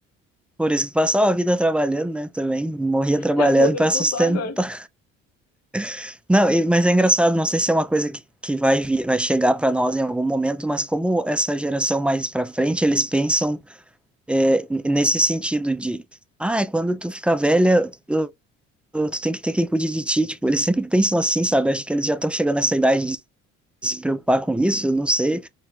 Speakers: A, in the centre; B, on the left.
A: Por isso que passava a vida trabalhando, né? Também morria trabalhando
B: Se aposentou
A: para sustentar.
B: só agora.
A: <laughs> Não, e- mas é engraçado, não sei se é uma coisa que, que vai vir, vai chegar para nós em algum momento, mas como essa geração mais para frente, eles pensam é, n- nesse sentido de, ah, é quando tu ficar velha, tu, tu tem que ter quem cuide de ti. Tipo, eles sempre pensam assim, sabe? Acho que eles já estão chegando nessa idade de se preocupar com isso, eu não sei.